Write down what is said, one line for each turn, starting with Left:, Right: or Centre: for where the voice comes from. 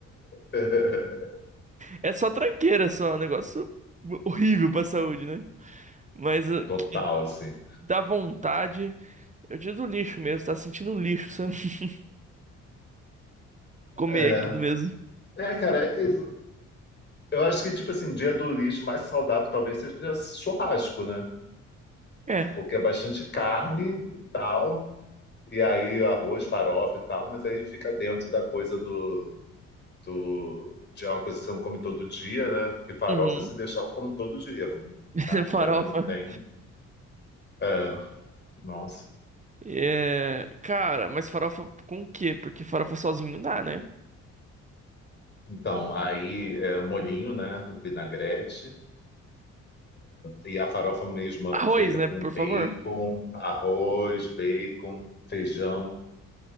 Left: <laughs>
Right: é só tranqueira, só, é um negócio horrível pra saúde, né? Mas eh,
Left: Total,
Right: que
Left: assim.
Right: dá vontade. Eu digo do lixo mesmo, tá sentindo um lixo, sabe? <laughs> Comer
Left: É,
Right: aquilo mesmo.
Left: é, cara, eu eu acho que, tipo assim, dia do lixo mais saudável talvez seja churrasco, né?
Right: É.
Left: Porque é bastante carne e tal, e aí arroz, farofa e tal, mas aí fica dentro da coisa do, do, de uma coisa que você não come todo dia, né? Porque farofa,
Right: Uhum.
Left: se deixar, eu como todo dia. Pra
Right: <laughs> Farofa.
Left: pra mim não tem. É, nossa.
Right: É. Cara, mas farofa com o quê? Porque farofa sozinho não dá, né?
Left: Então, aí é, molhinho, né? Vinagrete. E a farofa mesma
Right: Arroz,
Left: feita
Right: né?
Left: com
Right: Por
Left: bacon,
Right: favor.
Left: arroz, bacon, feijão.